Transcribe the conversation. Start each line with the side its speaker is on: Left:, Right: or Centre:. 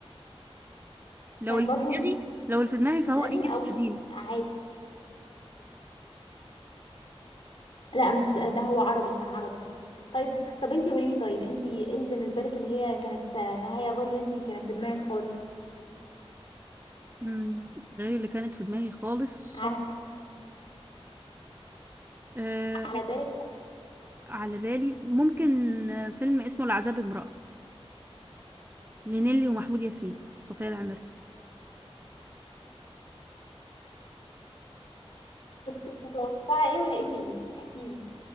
Right: لو
Left: كان
Right: اللي
Left: برضو بحب.
Right: في دماغي لو اللي في دماغي
Left: مش
Right: فهو
Left: قديم
Right: انجلش
Left: قوي
Right: قديم
Left: عادي لا مش لا هو عربي كان عربي طيب طب انتي قولي لي طيب انتي ايه اللي بالنسبه لك اللي هي كانت نهايه غير اللي انتي كانت في دماغك خالص
Right: مم، غير اللي كانت في دماغي خالص
Left: على
Right: آه
Left: على بالك
Right: على بالي ممكن آه، فيلم اسمه العذاب امرأة لنيلي ومحمود ياسين صوفيا العمري
Left: كنت متوقعه ايه ولقيتي ايه احكي لي